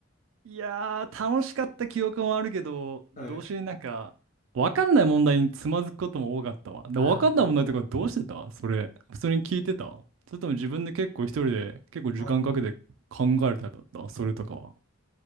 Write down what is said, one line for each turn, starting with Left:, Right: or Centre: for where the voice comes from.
Right: いやー、楽しかった記憶もあるけど、
Left: はい。
Right: どうしてなんか、わかんない問題につまずくことも多かったわ。で、
Left: あー
Right: わかんない問題とかどうしてたそれ、普通に聞いてたそれとも自分で結構一人で結構時間かけて考えるタイプだったそれとかは。
Left: あー。